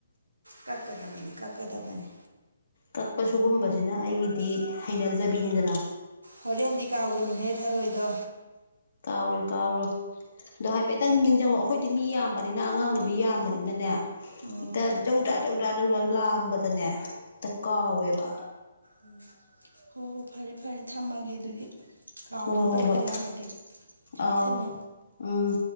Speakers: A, on the right; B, on the left.
A: ꯀꯛꯀꯗꯕꯅꯤ ꯀꯛꯀꯗꯕꯅꯤ
B: ꯀꯛꯄ ꯁꯤꯒꯨꯝꯕꯖꯤꯅ ꯑꯩꯒꯤꯗꯤ ꯍꯩꯅꯖꯕꯤꯅꯤꯗꯅ
A: ꯍꯣꯔꯦꯟꯗꯤ ꯀꯥꯎꯒꯅꯨꯍꯦ ꯊꯔꯣꯏꯗꯣ
B: ꯀꯥꯎꯔꯣꯏ ꯀꯥꯎꯔꯣꯏ ꯑꯗꯣ ꯍꯥꯏꯐꯦꯠꯇꯪ ꯅꯤꯡꯁꯤꯡꯪꯉꯑꯣ ꯑꯩꯈꯣꯏꯗꯤ ꯃꯤ ꯌꯥꯝꯕꯅꯤꯅ ꯑꯉꯥꯡ ꯅꯨꯕꯤ ꯌꯥꯝꯕꯅꯤꯅꯅꯦ
A: ꯎꯝ
B: ꯍꯦꯛꯇ ꯖꯧꯖꯥ ꯖꯧꯖꯥ ꯖꯧꯖꯥ ꯂꯥꯡꯕꯗꯅꯦ ꯍꯦꯛꯇ ꯀꯥꯎꯋꯦꯕ
A: ꯎꯝ <unintelligible> ꯍꯣꯏ ꯍꯣꯏ ꯐꯔꯦ ꯐꯔꯦ ꯐꯔꯦ ꯊꯝꯃꯒꯦ ꯑꯗꯨꯗꯤ ꯀꯥꯎꯗꯅꯕ
B: ꯍꯣꯏ ꯍꯣꯏ
A: ꯑꯩ
B: ꯍꯣꯏ
A: ꯑꯣꯏꯅ ꯂꯥꯛꯑꯒꯦ ꯊꯝꯃꯦ
B: ꯑꯥꯎ
A: ꯊꯝꯃꯦ
B: ꯎꯝ